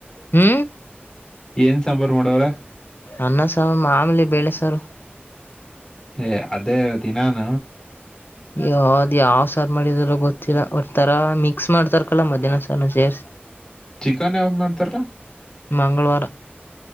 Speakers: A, on the left; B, on the left.
A: ಹು
B: ಏನ್ ಸಾಂಬಾರು ಮಾಡವರೇ
A: ಅನ್ನ ಸಾರು ಮಾಮೂಲಿ ಬೇಳೆ ಸಾರು
B: ಏ ಅದೇ ದಿನಾನ
A: ಅಯ್ಯೋ ಅದು ಯಾವ ಸಾರ ಮಾಡಿದರ ಗೊತ್ತಿಲ್ಲ ಒಂತರಾ ಮಿಕ್ಸ್ ಮಾಡ್ತಾರ ಕಣ್ಲಾ ಮಧ್ಯಾಹ್ನ ಸಾರನು ಸೇರ್ಸಿ
B: ಚಿಕನ್ ಯಾವಾಗ ಮಾಡ್ತಾರಲ್ಲ
A: ಮಂಗಳವಾರ